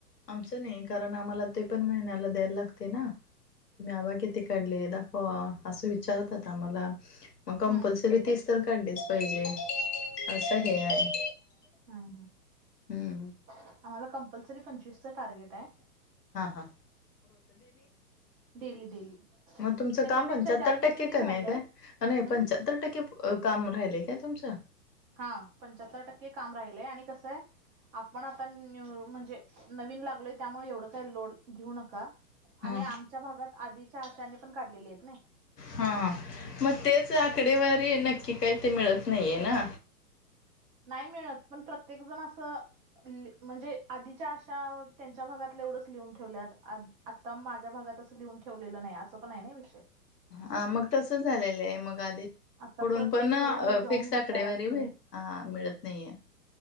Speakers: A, on the left; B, on the right.
A: आमचं नाही कारण आम्हाला ते पण महिन्याला द्यायला लागते ना. तुम्ही आबा किती काढले दाखवा असं विचारत आात आम्हाला? मग कंपल्सरी
B: हम्म
A: तीस तर काढलीच पाहिजे असं हे आहे.
B: ह
A: हम्म
B: आम्हाला कंपल्सरी पंचवीसच टार्गेट आहे.
A: हां हां.
B: Daily daily.
A: मग तुमचं
B: त्याच्यापेक्षा
A: काम पंच्याहत्तर
B: जास्त
A: टक्के
B: जरी
A: कमी
B: झालं
A: आहे काय अ
B: हम्म
A: पंर सतर टक्के काम राहिले काय तुमच?
B: हा पंच्याहत्तर टक्के काम राहिलय आणि कसंय आपण आता न म्हणजे नवीन लागलोय त्यामुळे एवढं काय लोड घेऊ नका.
A: हां
B: आणि आमच्या भागात आधीच्या आशा नी पण काढलेले आहेत ना.
A: हा हा मग तेच आकडेवारी नक्की काही ते मिळत नाहीये ना.
B: नाही मिळत पण प्रत्येक जण असं. म्हणजे आधीच्या आशा त्यांच्या भागातलं एवढंच लिहून ठेवल्यात. आत्ता माझ्या भागात असं लिहून ठेवलेलं नाही असं पण आहे ना विषय.
A: हा मग तसच झालेलं आहे मग आधी.
B: आता
A: पुढून
B: प्रत्येक
A: पण
B: घरोघरी जाऊन
A: फिक्स
B: विचारायचं
A: आकडेवारी हा मिळत नाहीये.